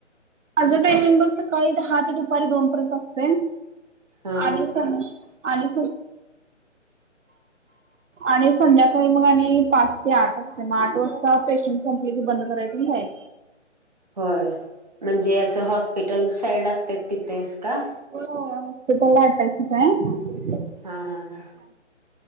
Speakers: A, on the right; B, on the right.
A: माझं टाइमिंग बग सकाळी दहा ते दुपारी दोन पर्यंत असतेय
B: हा
A: आणि स आणि आणि संध्याकाळी मग आणि पाच ते आठ असते मग आठ वाजता पेशंट संपले की बंद करायचं ना जायच.
B: होय म्हणजे असं हॉस्पिटल साईड असते तिथेसका?.
A: होय ओ <unintelligible> हतिथं लाटायच.
B: हं हा हा.